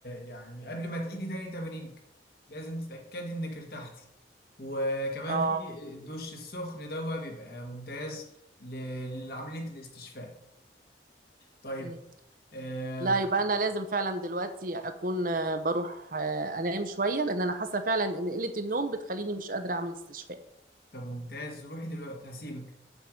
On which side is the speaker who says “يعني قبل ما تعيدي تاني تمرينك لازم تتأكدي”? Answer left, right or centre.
Left